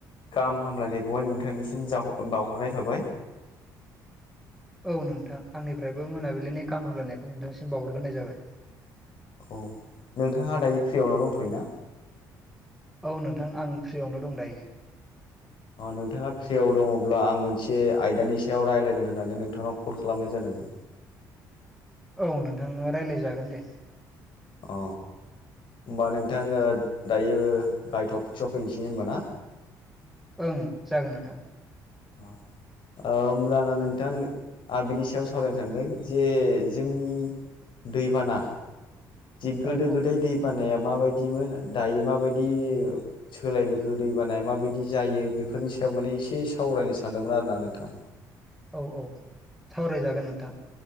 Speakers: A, on the left; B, in the centre.
A: गाहाम हामलायनायखौहाय नोंथांनिसिम जाव ओ बावहरनाय थाबाय।
B: औ नोंथां आंनिफ्रायबो मोनाबिलिनि गाहाम हामलायनायखौ नोंथांसिम बावहरग्रोनाय जाबाय।
A: औ नोंथाङा दायो फ्रियावनो दंथ'यो ना?
B: औ नोंथां आं फ्रियावनो दं दायो।
A: अ नोंथाङा फ्रियाव दङब्ला आं मोनसे आयदानि सायाव रायलायनो होननानै नोंथांनाव कल खालामनाय जादोंमोन।
B: औ नोंथां रायलायजागोन दे।
A: अ होमबा नोंथां ओ दायो गाहाय टपिक्सआव फैनिसै होमबा ना।
B: ओं जागोन नोंथां।
A: अ ओ होमब्लाना नोंथां आ बिनि सायाव सावरायनो सानदों जे जोंनि दैबाना जि गोदो
B: औ
A: गोदाय दै बानाया माबायदिमोन दायो माबायदि सोलायबोखो दैबानाया माबायदि जायो बेफोरनि सायाव माने एसे सावरायनो सानदोंमोन आरोना नोंथां
B: औ-औ सावरायजागोन नोंथां